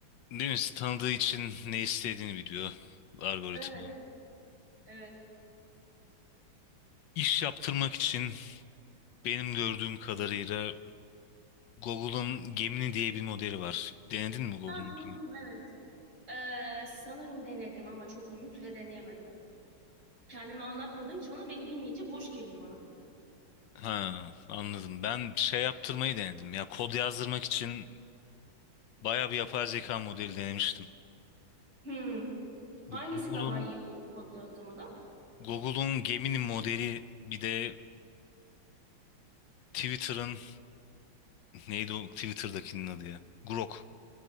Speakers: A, on the left; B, on the right.
A: Değil mi? Tanıdığı için ne istediğini biliyor algoritma.
B: Evet. Evet.
A: İş yaptırmak için benim gördüğüm kadarıyla Google'ın Gemini diye bir modeli var. Denedin mi Google'un
B: Ha, duydum
A: Gemini?
B: evet. Ee, sanırım denedim ama çok uzun süre deneyemedim. Kendimi anlatmadığım için ona beni bilmeyince boş geliyor bana.
A: Ha, anladım. Ben şey yaptırmayı denedim. Ya kod yazdırmak için bayağı bir yapay zeka modeli denemiştim.
B: Hmm.
A: Bu
B: Hangisi
A: Google'un
B: daha iyi bu kod yazdırmada?
A: Google'un Gemini modeli bir de Twitter'ın neydi o Twitter'dakinin adı ya? Grok.